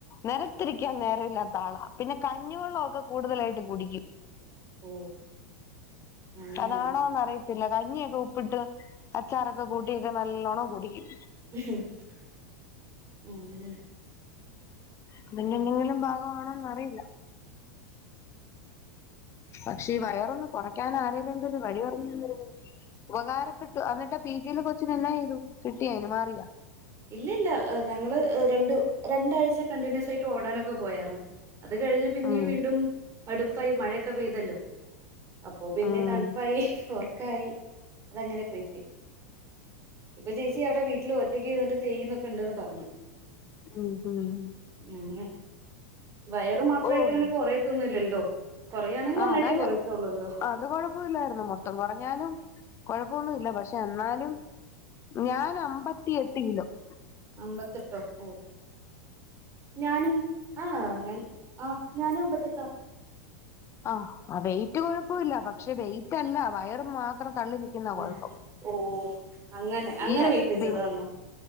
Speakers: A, on the left; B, on the right.
A: നെലത്തിരിക്കാൻ നേരല്ലാത്താ ത്താള പിന്നെ കഞ്ഞിവെള്ളക്കെ കൂടുതലായിട്ട് കുടിക്കും
B: ഓ അങ്ങനെ
A: അതാണോ എന്നറി ത്തില്ല കഞ്ഞിയൊക്കെ ഉപ്പിട്ട് അച്ചാറൊക്കെ കൂട്ടിയൊക്കെ നല്ലോണ്ണം കുടിക്കും
B: ഉം
A: അതിൻ്റെ എന്തെങ്കിലും ഭാഗമാണോ അ അറിയില്ല. പശെ ഈ വയറൊന്ന് കുറയ്ക്കാന എന്തേലും എന്ത് വഴി പറഞ്ഞ് തന്നിരുന്നെങ്കി ഉപകാരപ്പെട്ടു എന്നിട്ടാ പി ജി യിലെ കൊച്ചിന് എന്നാ ചെയ്തു? കിട്ടിയോ അതിന് മാറിയോ
B: ഇല്ലില്ലാ ഞങ്ങള് ഇ് രണ്ട് രണ്ടാഴ്ച കണ്ടിന്യൂസ് ആയിട്ട് ഓടാനൊക്കെ പോയരുന്നു. അത് കഴിഞ്ഞ് പിന്നെയും
A: ഉം
B: വീണ്ടും അടുപ്പായി മഴ പെയ്തല്ലോ. അപ്പൊ പിന്നെ
A: ഉം
B: തണുപ്പായി ഓർ ക്കായി അതങ്ങനെ പോയി പോയി ഇപ്പോ ചെയ് ചേച്ചി അവിടെ വീട്ടിൽ ഒറ്റയ്ക്കിര്ന്നിട്ട് ചെയ്യുന്നൊക്കെ ഉണ്ടന്ന് പറഞ്ഞു-
A: ഉം ഉം-
B: അങ്ങനെ വയറ് മാത്രമായിട്ട്
A: ഓയി
B: അങ്ങനെ കൊറയത്തൊന്നുമില്ലല്ലോ കൊറയാണെങ്കിൽ
A: ആഹ്
B: ഒന്നായിട്ടേ
A: അതാണ്
B: കൊറയത്തുള്ളൂല്ലോ
A: അത് കൊഴപ്പില്ലായിരുന്നു മൊത്തം കൊറഞ്ഞാലും കൊഴപ്പൊന്നുമില്ല പക്ഷെ എന്നാലും- ഞാന് അമ്പത്തിയെട്ട് കിലോ -
B: അമ്പത്തെട്ടോ ഓ ഞാനും ആഹ് ഞാൻ ആ ഞാനും അമ്പത്തെട്ടാ-
A: ആഹ് വെയിറ്റ് കൊഴപ്പമില്ല പക്ഷെ വെയിറ്റ് അല്ല വയറ് മാ ത്രംതള്ളി നിക്കുന്ന
B: ആ
A: കൊഴപ്പം
B: ഓ അങ്ങനെ അങ്ങനെ
A: ഈ രണ്ട
B: വെയിറ്റ് വെച്ചതാന്നോ